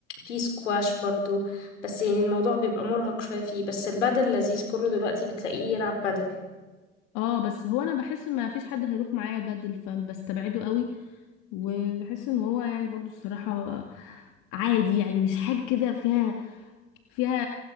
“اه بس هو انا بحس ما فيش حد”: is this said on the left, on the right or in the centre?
Left